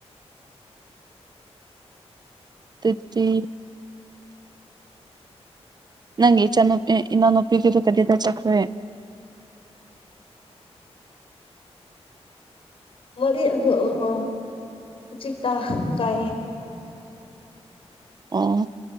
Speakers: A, on the right; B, on the left.
A: ꯇꯨꯠꯇꯤ ꯅꯪꯒꯤ ꯏꯆꯥꯅꯨꯞ ꯑꯦ ꯏꯅꯥꯎ ꯅꯨꯄꯤꯒꯗꯨ ꯀꯗꯤꯗ ꯆꯈ꯭ꯔꯦ
B: ꯃꯔꯤ ꯍ ꯍꯍꯧꯖꯤ ꯇ ꯀꯥꯏ
A: ꯑꯣ